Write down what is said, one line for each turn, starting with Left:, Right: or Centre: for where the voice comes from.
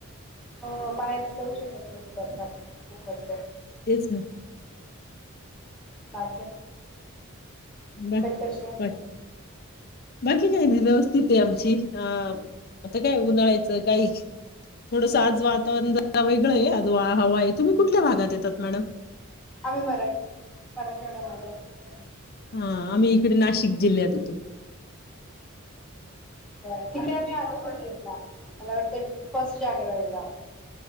Centre: हो बाहेर जाऊ शकत नाही तिथं आता आपण उकड
Left: तेच ना.
Centre: बा
Left: मग
Centre: कशी
Left: <inaudible>
Centre: आहे?
Left: बाकी काय नाही व्यवस् थित आहे आमची. अ आता काय उन्हाळ्याचं काही थोडसं आज वातावरण जरा वेगळं आहे, आज वा हवा आहे. तुम्ही कुठल्या भागात येतात मॅडम?
Centre: आम्ही मराठ मराठवाड्यामध्ये हाय.
Left: हा, आम्ही इकडे नाशिक जिल्ह्यात येतो.
Centre: बर तिकडे आम्ही आलो होतो ट्रीपला, मला वाटतं फर्स्ट जानेवारीला.